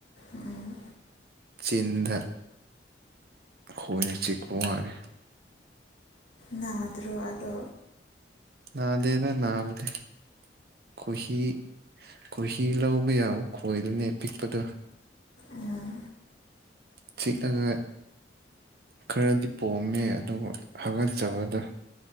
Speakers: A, on the left (about 80°); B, on the right (about 55°).
A: ꯎꯝ
B: ꯆꯤꯟꯗ ꯈꯣꯏꯅ ꯆꯤꯛꯄ ꯋꯥꯅꯦ
A: ꯅꯥꯗꯔꯣ ꯑꯗꯣ
B: ꯅꯥꯗꯦꯗ ꯅꯥꯕꯗꯤ ꯈꯣꯍꯤ ꯈꯣꯏꯍꯤ ꯂꯧꯕ ꯌꯥꯕ ꯈꯣꯏꯗꯨꯅꯦ ꯄꯤꯛꯄꯗꯨ
A: ꯎꯝ
B: ꯆꯤꯛꯑꯒ ꯈꯔꯗꯤ ꯄꯣꯝꯃꯦ ꯑꯗꯨꯕꯨ ꯍꯥꯒꯠꯆꯕꯗꯣ